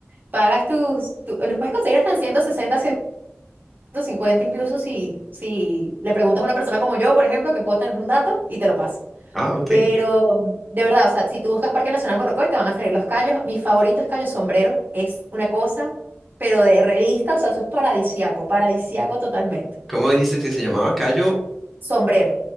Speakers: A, on the right; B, in the centre.
A: pagas tus, tu- los puedes conseguir hasta en 160, ciento cincuenta incluso si, si le preguntas a una persona como yo, por ejemplo, que puedo tener un dato y te lo pasa.
B: Ah, ok.
A: Pero de verdad, o sea, si tú buscas Parque Nacional Morrocoy, te van a salir los callos. Mi favorito es Cayo Sombrero, es una cosa, pero de revista, o sea, eso es paradisiaco, paradisiaco totalmente.
B: ¿Cómo dijiste que se llamaba? Cayo.
A: Sombrero.